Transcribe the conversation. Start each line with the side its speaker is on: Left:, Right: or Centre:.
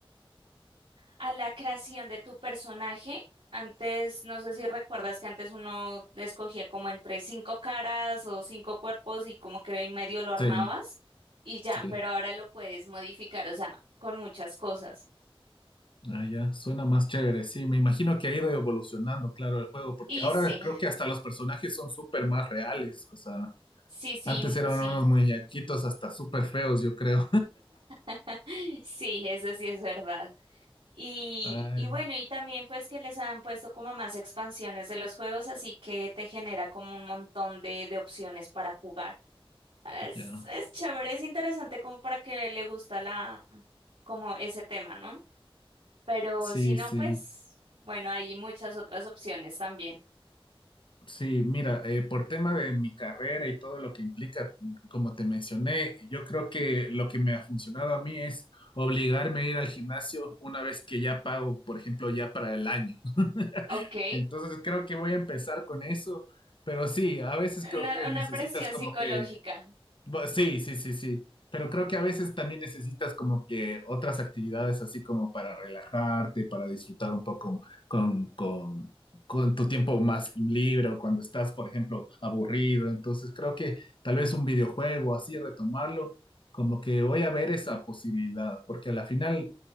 Right: a la creación de tu personaje. Antes, no sé si recuerdas que antes uno escogía como entre cinco caras o cinco cuerpos y como que en medio lo armabas
Left: Sí,
Right: y ya,
Left: sí.
Right: pero ahora lo puedes modificar, o sea, con muchas cosas.
Left: Ah, ya, suena más chévere. Sí, me imagino que ha ido evolucionando, claro, el juego, porque
Right: Y
Left: ahora
Right: sí,
Left: creo que hasta los personajes son súper más reales. O sea,
Right: sí, sí,
Left: antes
Right: mm,
Left: eran
Right: sí,
Left: unos muñequitos hasta súper feos, yo creo.
Right: <laughs> sí, eso sí es verdad. Y,
Left: <laughs> Ay,
Right: y bueno, y también pues que les han puesto como más expansiones de los juegos, así que te genera como un montón de, de opciones para jugar. Es,
Left: ya.
Right: es chévere, es interesante como para que le, le gusta la, como ese tema, ¿no? Pero
Left: Sí,
Right: si no,
Left: sí.
Right: pues, bueno, hay muchas otras opciones también.
Left: Sí, mira, eh, por tema de mi carrera y todo lo que implica, como te mencioné, yo creo que lo que me ha funcionado a mí es obligarme a ir al gimnasio una vez que ya pago, por ejemplo, ya para el año. <laughs>
Right: Ok.
Left: Entonces creo que voy a empezar con eso, pero sí, a veces
Right: Una,
Left: creo que
Right: una
Left: necesitas
Right: presión
Left: como
Right: psicológica.
Left: que Bu- Sí, sí, sí, sí. Pero creo que a veces también necesitas como que otras actividades así como para relajarte, para disfrutar un poco con, con, con tu tiempo más libre o cuando estás, por ejemplo, aburrido. Entonces creo que tal vez un videojuego así, retomarlo, como que voy a ver esa posibilidad, porque a la final,